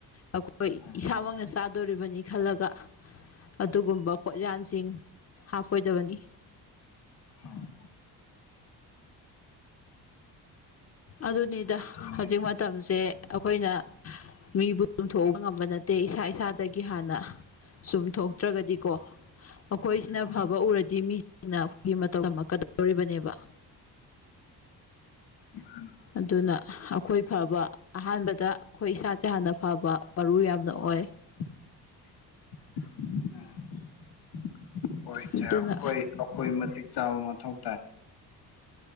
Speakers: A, on the left; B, on the left.
A: ꯑꯩꯈꯣꯏ
B: ꯎꯝ
A: ꯏꯁꯥꯃꯛꯅ ꯆꯥꯗꯣꯔꯤꯕꯅꯤ ꯈꯜꯂꯒ ꯑꯗꯨꯒꯨꯝꯕ ꯄꯣꯠꯌꯥꯟꯁꯤꯡ ꯍꯥꯞꯄꯣꯏꯗꯕꯅꯤ
B: ꯎꯝ
A: ꯑꯗꯨꯅꯤꯗ
B: ꯑꯗꯨꯅꯤ
A: ꯍꯧꯖꯤꯛ ꯃꯇꯝꯁꯦ ꯑꯩꯈꯣꯏꯅ ꯃꯤꯕꯨ ꯆꯨꯝꯊꯣꯛꯎꯕ ꯉꯝꯕ ꯅꯠꯇꯦ ꯏꯁꯥ ꯏꯁꯥꯗꯒꯤ ꯍꯥꯟꯅ ꯆꯨꯝꯊꯣꯛꯇ꯭ꯔꯒꯗꯤꯀꯣ ꯑꯩꯈꯣꯏꯁꯤꯅ
B: ꯎꯝ
A: ꯐꯕ ꯎꯔꯗꯤ ꯃꯤꯁꯤꯡꯅ ꯑꯩꯈꯣꯏꯒꯤ ꯃꯇꯧ ꯇꯝꯃꯛꯀꯗꯧꯔꯤꯕꯅꯦꯕ
B: ꯃꯥꯅꯤ
A: ꯑꯗꯨꯅ ꯑꯩꯈꯣꯏ ꯐꯕ ꯑꯍꯥꯟꯕꯗ ꯑꯩꯈꯣꯏ ꯏꯁꯥꯁꯦ ꯍꯥꯟꯅ ꯐꯕ ꯃꯔꯨ ꯌꯥꯝꯅ ꯑꯣꯏ
B: ꯎꯝ ꯍꯣꯏꯁꯦ
A: ꯑꯗꯨꯅ
B: ꯑꯩꯈꯣꯏ ꯑꯩꯈꯣꯏ ꯃꯇꯤꯛ ꯆꯥꯕ ꯃꯊꯧ ꯇꯥꯏ